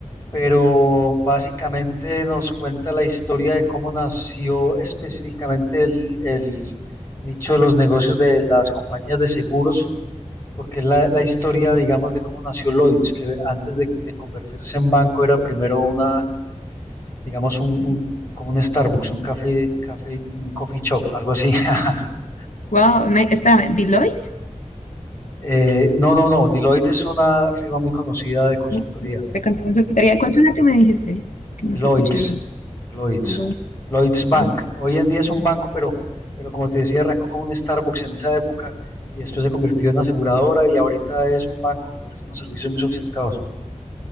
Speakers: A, on the left; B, on the left.
A: pero básicamente nos cuenta la historia de cómo nació específicamente el, el nicho de los negocios de las compañías de seguros, porque es la, la historia, digamos, de cómo nació Lloyds, que antes de, de convertirse en banco era primero una, digamos, un, un- como un Starbucks, un café, café, un coffee shop, algo así. <laughs>
B: Wow, me- espérame, ¿Deloitte?
A: Eh, no, no, no, Deloitte es una firma muy conocida de consultoría.
B: No, De consultoría. ¿Cuál fue la que me dijiste? Que no
A: Lloyds,
B: te escuché bien.
A: Lloyds,
B: Deloitte.
A: Lloyds Bank.
B: Ah,
A: Hoy en día es un banco, pero, pero como te decía, arrancó como un Starbucks en esa época y después se convirtió en una aseguradora y ahorita es un banco que ofrece unos servicios muy sofisticados.